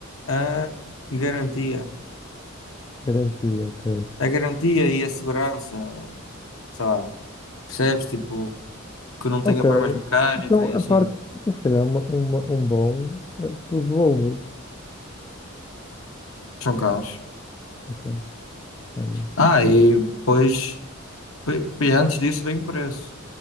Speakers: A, on the left; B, on the left.
A: a garantia.
B: garantia, ok.
A: A garantia e a segurança, sei lá, percebes? Tipo, que não
B: Ok,
A: tenha problemas de mecânica
B: então
A: e assim.
B: a parte, então se calhar uma, uma- um bom eh, pelos Volvos.
A: São caros.
B: Ok, ah, yeah.
A: Ah, e depois, pe- pe- antes disso vem o preço.